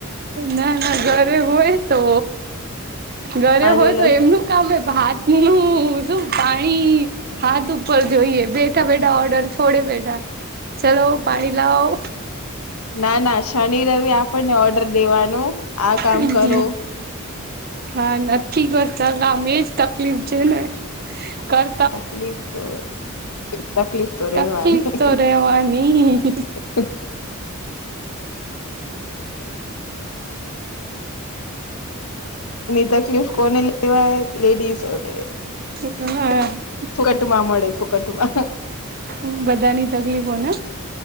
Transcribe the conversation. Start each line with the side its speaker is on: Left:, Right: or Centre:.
Right: ના ના ઘરે હોય તો ઘરે
Left: આંદોલન.
Right: હોય તો એમનું કમે ભાતનું શું પાણી હાથ ઉપર જોઈએ બેઠા બેઠા ઓર્ડર છોડે બેઠા ચલો પાણી લાઓ
Left: ના ના શનિ રવિ આપણને ઓર્ડર દેવાનું આ કામ
Right: હમ
Left: કરો <inaudible>
Right: હા નથી કરતા એ જ તકલીફ છે ને કર
Left: તકલીફ તો તકલીફ તો
Right: તકલીફ
Left: રેવાની.
Right: તો રહેવાનીજ
Left: <inaudible> <unintelligible> તકલીફ કોને લેવાય લેડીસોને
Right: <inaudible>
Left: ફોક્ટ મા મળે ફોક્ટ મા
Right: હ બધાની તકલીફોને